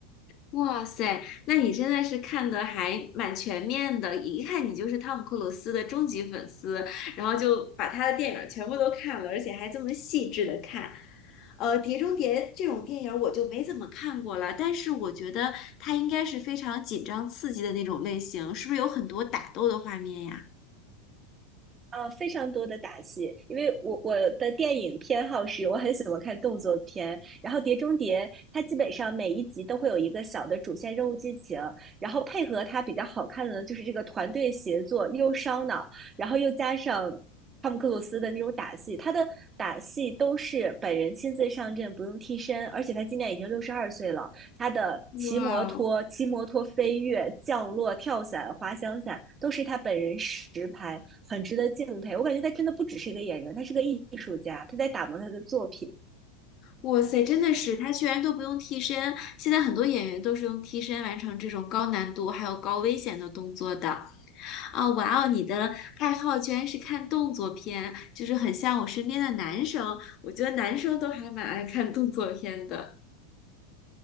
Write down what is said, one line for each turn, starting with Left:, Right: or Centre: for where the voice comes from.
Left: 哇塞，那你真的是看的还蛮全面的，一看你就是汤姆克鲁斯的终极粉丝，然后就把他的电影儿全部都看了，而且还这么细致的看。呃，《碟中谍》这种电影儿我就没怎么看过了，但是我觉得它应该是非常紧张刺激的那种类型，是不是有很多打斗的画面呀？
Right: 呃，非常多的打戏，因为我我的电影偏好是，我很喜欢看动作片，然后《碟中谍》它基本上每一集都会有一个小的主线任务剧情，然后配合它比较好看的呢，就是这个团队协作又烧脑，然后又加上汤姆克鲁斯的那种打戏，他的打戏都是本人亲自上阵，不用替身，而且他今年已经六十二岁了，他的骑摩托、
Left: 哇哦！
Right: 骑摩托飞跃、降落、跳伞、滑翔伞，都是他本人实拍，很值得敬佩。我感觉他真的不只是一个演员，他是个艺术家，他在打磨他的作品。
Left: 哇塞，真的是，他居然都不用替身，现在很多演员都是用替身完成这种高难度还有高危险的动作的。啊，哇哦！你的爱好居然是看动作片，就是很像我身边的男生。我觉得男生都还蛮爱看动作片的。